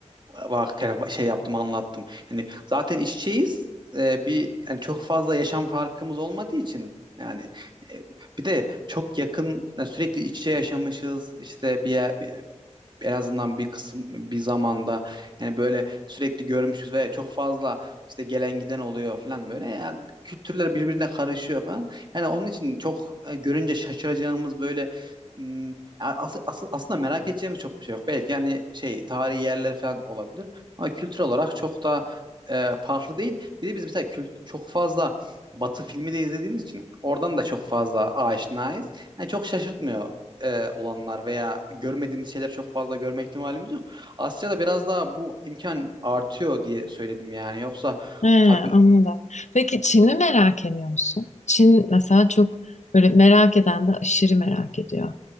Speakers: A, on the right (about 40°); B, on the left (about 75°).
A: bak şey yaptım anlattım. Yani zaten iç içeyiz. Ee, bir yani çok fazla yaşam farkımız olmadığı için yani e, bir de çok yakın yani sürekli iç içe yaşamışız. İşte bir yer, en azından bir kısım bir zamanda yani böyle sürekli görmüşüz ve çok fazla işte gelen giden oluyor falan böyle yani kültürler birbirine karışıyor falan. Yani onun için çok e, görünce şaşıracağımız böyle ım, as- asıl, aslında merak edeceğimiz çok bir şey yok. Belki yani şey tarihi yerler falan olabilir ama kültür olarak çok da e, farklı değil. Bir de biz mesela kült çok fazla Batı filmi de izlediğimiz için oradan da çok fazla aşinayız. Yani çok şaşırtmıyor e, olanlar veya görmediğimiz şeyler çok fazla görme ihtimalimiz yok. Asya'da biraz daha bu imkan artıyor diye söyledim yani. Yoksa
B: He,
A: tabii
B: anladım. Peki Çin'i merak ediyor musun? Çin mesela çok böyle merak eden de aşırı merak ediyor.